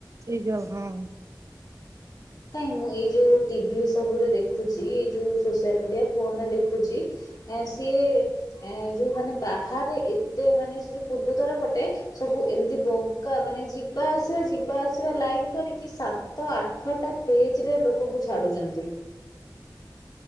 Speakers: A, on the right (about 45°); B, on the left (about 60°).
A: ଠିକ୍ ହବ ହଁ।
B: କାଇହିଁ ମୁଁ ଏଇ ଯୋଉ ଟିଭି ସବୁରେ ଦେଖୁଛି ଏଇ ଯୋଉ ସୋସିଆଲ ମିଡିଆ ଫୋନ ରେ ଦେଖୁଛି। ଏ ସିଏ ଯୋଉ ମାନେ ବାହାରେ ଏତେ ମାନେ ସେ ଯୋଉ ପୂର୍ବ ଦ୍ୱାର ପଟେ ସବୁ ଏମିତି ବଙ୍କା ମାନେ ଯିବା ଆସିବା ଯିବା ଆସିବା ଲାଇନ କରିକି ସା ତ ଆଠଟା ଫେଜ୍‌ରେ ଲୋକକୁ ଛାଡୁଛନ୍ତି।